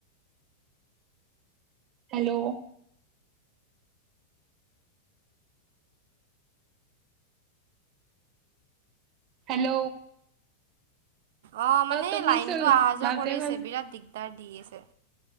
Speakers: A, on the right; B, on the right.
A: হেল্ল'। হেল্ল'।
B: অ, মানে
A: তুমিচোন
B: লাইনতটো অহা যোৱা
A: মাজে
B: কৰি
A: মাজে
B: আছে বিৰাট দিগদাৰ। দি আছে।